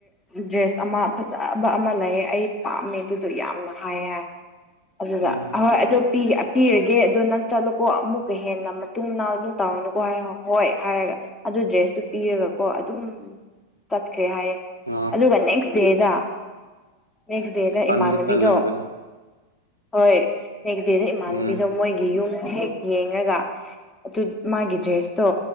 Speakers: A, on the left; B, on the right.
A: ꯗ꯭ꯔꯦꯁ ꯑꯃ ꯐꯖꯕ ꯑꯃ ꯂꯩ ꯑꯩ ꯄꯥꯝꯃꯦ ꯑꯗꯨꯗꯣ ꯌꯥꯝꯅ ꯍꯥꯏ ꯍꯥꯏ ꯑꯗꯨꯗ
B: ꯎꯝ
A: ꯍꯍꯣꯏ ꯑꯗ ꯄꯤꯔꯒꯦ ꯑꯗꯣ ꯅꯪ ꯆꯠꯂꯣꯀꯣ ꯑꯃꯨꯛꯀ ꯍꯦꯟꯅ ꯃꯇꯨꯡꯅꯥꯎ ꯑꯗꯨꯝ ꯇꯥꯎꯅꯨꯀꯣ ꯍꯥꯏ ꯍꯣꯏ ꯍꯥꯏꯔꯒ ꯑꯗꯨ ꯗ꯭ꯔꯦꯁꯇꯨ ꯄꯤꯔꯒꯀꯣ ꯑꯗꯨꯝ ꯆꯠꯈ꯭ꯔꯦ ꯍꯥꯏꯌꯦꯦ
B: ꯑꯥ
A: ꯑꯗꯨꯒ ꯅꯦꯛꯁ ꯗꯦꯗ ꯅꯦꯛꯁ ꯗꯦꯗ
B: ꯇꯟꯗꯤ
A: ꯏꯃꯥꯟꯅꯕꯤꯗꯣ
B: ꯇꯜꯂꯝꯒꯅꯤ
A: ꯍꯣꯏ ꯅꯦꯛꯁ ꯗꯦꯗ ꯏꯃꯥꯟꯅꯕꯤꯗꯣ
B: ꯎꯝ
A: ꯃꯣꯏꯒꯤ ꯌꯨꯝ ꯍꯦꯛ ꯌꯦꯡꯉꯒ ꯑꯗꯨ ꯃꯥꯒꯤ ꯗ꯭ꯔꯦꯁꯇꯣ